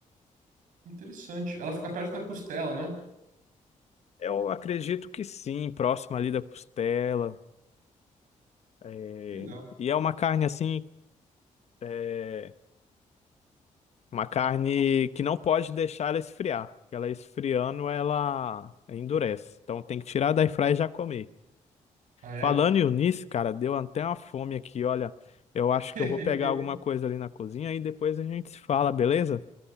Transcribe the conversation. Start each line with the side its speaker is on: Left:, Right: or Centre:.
Right: Interessante. Ela fica perto da costela, né?
Left: Eu acredito que sim, próximo ali da costela. É,
Right: Que legal.
Left: E é uma carne assim É uma carne que não pode deixar ela esfriar. porque Ela esfriando, ela endurece. Então tem que tirar da airfryer e já comer.
Right: Ah, é?
Left: Falando nisso, cara, deu até uma fome aqui. Olha, eu acho
Right: <laughs>
Left: que eu vou pegar alguma coisa ali na cozinha e depois a gente se fala, beleza?